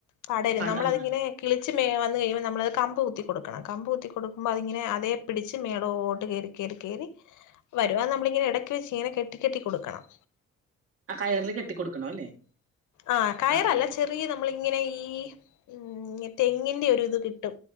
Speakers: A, on the left; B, on the right.
A: പടരും
B: പട
A: നമ്മളതിങ്ങനെ
B: ആഹ്
A: കിളിച്ച് മേ വന്ന് കഴിയുമ്പോ നമ്മളത് കമ്പ് കു ത്തി കൊടുക്കണം. കമ്പ് കുത്തി കൊടുക്കുമ്പോ അതിങ്ങനെ അതേ പിടിച്ച് മേളോട്ട് കയറി കയറി കയറി വരും അത് നമ്മളിങ്ങനെ ഇടക്ക് വെച്ച് ഇങ്ങനെ കെട്ടി കെട്ടി കൊടുക്കണം.
B: ആ കയറില കെട്ടി കൊടുക്കണ അല്ലേ
A: ആഹ കയറല്ല
B: ആഹ് ആഹ്
A: ചെറിയ നമ്മള ഇങ്ങനെ ഈ ഉ തെങ്ങിന്റെ ഒരു ഇത് കിട്ടും